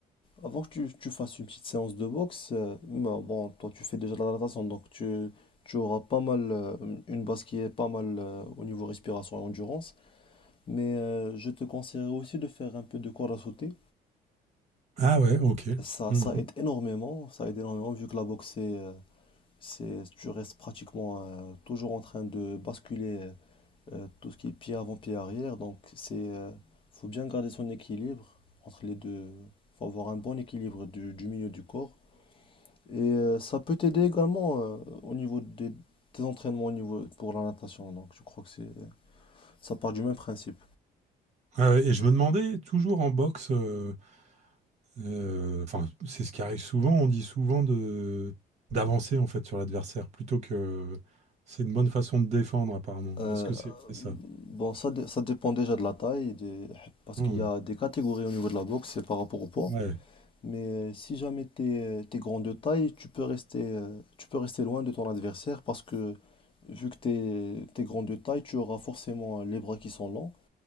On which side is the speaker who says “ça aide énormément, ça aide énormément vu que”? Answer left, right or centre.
Left